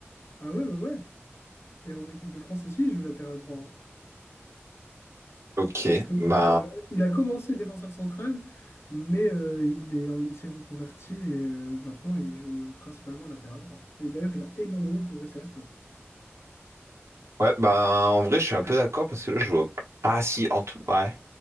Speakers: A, on the left; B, on the right.
A: Ah ouais, ouais, ouais. Et en équipe de France aussi, il joue latéral droit. hein.
B: Ok,
A: Et Justement,
B: ben
A: il a, il a commencé défenseur central, mais euh, il est, il s'est reconverti et euh, maintenant il joue principalement latéral droit. Et d'ailleurs, il a énormément progressé à ce poste.
B: ouais, ben en vrai, je suis un peu d'accord parce que là, je vois. Ah si, en tout, ouais.